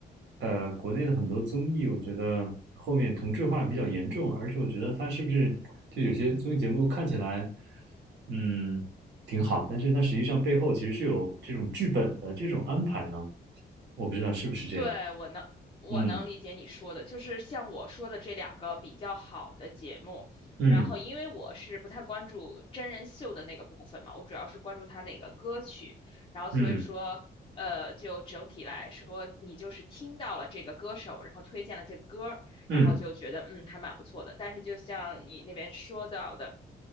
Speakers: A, on the right (about 85°); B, on the left (about 30°).
A: 呃，国内的很多综艺，我觉得后面同质化比较严重，而且我觉得它是不是就有些综艺节目看起来，嗯。挺好，但是它实际上背后其实是有这种剧本的这种安排呢，我不知道是不是这样。
B: 对，我能，我能理解你说的，
A: 嗯
B: 就是像我说的这两个比较好的节目，
A: 嗯
B: 然后因为我是不太关注真人秀的那个部分嘛，我主要是关注他那个歌曲，然后所以说，
A: 嗯
B: 呃，就整体来说，你就是听到了这个歌手，然后推荐了这个歌儿，
A: 嗯
B: 然后就觉得嗯还蛮不错的。但是就像你那边说到的。